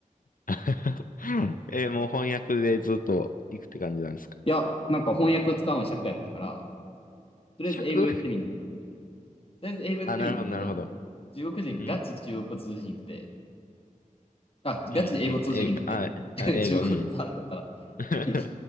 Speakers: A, on the left; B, on the left.
A: <laughs> え、もう翻訳でずっと行くって感じなんですか。
B: いや、なんか翻訳使うの尺やったから、とりあえず英語言ってみんねんな。
A: 尺 <laughs>
B: とりあえず英語やってみんねんけど、
A: あ、なるほど、なるほど。
B: 中国人ガチ中国語通じひんくて、
A: うん、
B: あ、
A: うん、
B: ガチで英語通じひんくて、
A: うん。英語、あ、
B: <laughs>
A: あ英語、
B: 中国語伝わるんだったら
A: うん。<laughs>
B: <laughs>